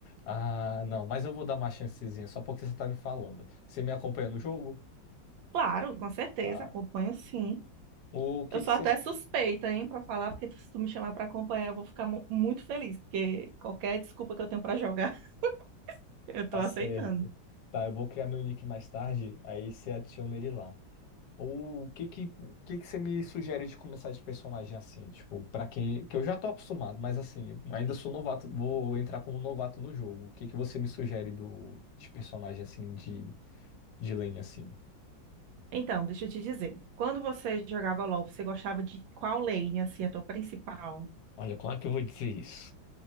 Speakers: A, on the left; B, on the right.
A: Ah, não, mas eu vou dar uma chancezinha, só porque você tá me falando. Você me acompanha no jogo?
B: Claro, com certeza,
A: Para.
B: acompanho sim.
A: O que
B: Eu sou
A: que você.
B: até suspeita, hein, pra falar, porque se tu me chamar pra acompanhar, eu vou ficar mu- muito feliz, porque qualquer desculpa que eu tenho pra jogar, <laughs> eu tô
A: Tá
B: aceitando.
A: certo. Tá, eu vou criar meu nick mais tarde, aí você adiciona ele lá. O que que, que que você me sugere de começar de personagem assim? Tipo, pra quem. Que eu já tô acostumado, mas assim, ainda sou novato, vou entrar como novato no jogo. O que que você me sugere do, de personagem assim, de, de lane assim?
B: Então, deixa eu te dizer, quando você jogava LoL, você gostava de qual lane, assim, a tua principal?
A: Olha, como é que eu vou dizer isso?